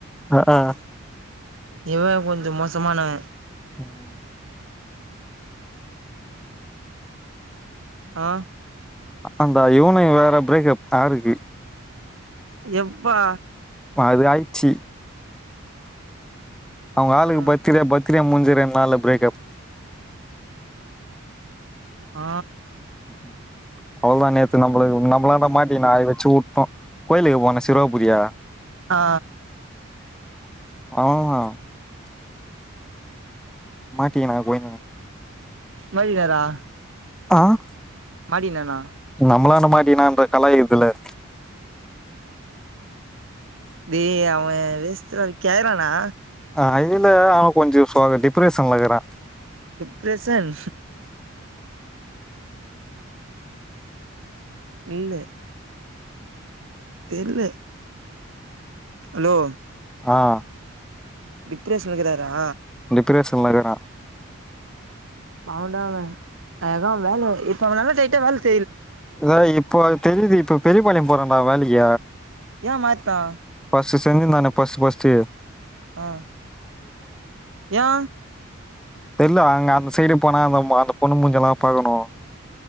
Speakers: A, in the centre; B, on the right.
A: அஹ் ஆஹ்
B: இவ கொஞ்சோ மோசமானவ
A: ம்.
B: அ
A: அந்தா இவனயு வேற பிரேக்கப் ஆருக்கு
B: எப்பா
A: அது ஆயிச்சி அவங்க ஆளுக்கு
B: ஆ
A: பாத்தில்ல பர்த்து டே முடிஞ்சு ரெண் நாள்ல பிரேக்கப்
B: ஆ
A: ம் அவ்ளு நேத்து நம்மளு <unintelligible> நம்மளாண்ட மாட்டிகினா அய் வெச்சு உட்டோ கோய்லுக்கு போன்னே <unintelligible>
B: ஆ
A: <unintelligible> மாட்டிகினா கோயிந்த
B: வய்கரா
A: ஆஹ்
B: மாட்டியினண்ணா
A: நம்மளான்ட மாட்டினான்ட இந்த கலாய்க்ரதுல
B: யே அவ வேஸ்ட்ரா கேக்ரானா
A: அ இதுல அவ கொஞ்சோ சொதப் டிப்ரஷன்லருக்குறா
B: டிப்ரஷன் இல்ல தெர்ல ஹலோ
A: ஆஹ்
B: டிப்ரஷ்லருக்குறாரா
A: டிப்ரஷன்ல இருக்குரா
B: பாவொண்டா அவெ அதா வேல இர் அவளால டைய்ட்டா வேல்ப்
A: இத இப்போ தெரியுது இப்ப பெரியபாளையோ போறோன்டா வேலைக்கி
B: ஏ மாட்னா
A: பஸு செஞ்சிருந்தானே பஸ் பஸ் செய
B: ஆ ஃயா
A: தெர்ல அங்க அந்த சைடு போனா அந்த மா அந்த பொண்ணு மூஞ்சியெல்லா பாக்கணு